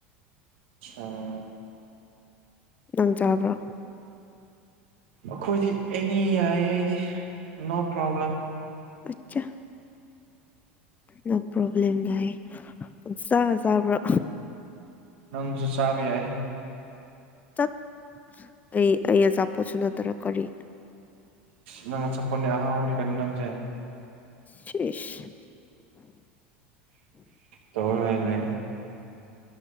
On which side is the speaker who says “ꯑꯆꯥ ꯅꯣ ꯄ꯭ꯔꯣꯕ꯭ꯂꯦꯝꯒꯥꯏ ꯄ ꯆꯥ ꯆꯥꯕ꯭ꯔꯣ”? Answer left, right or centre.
Left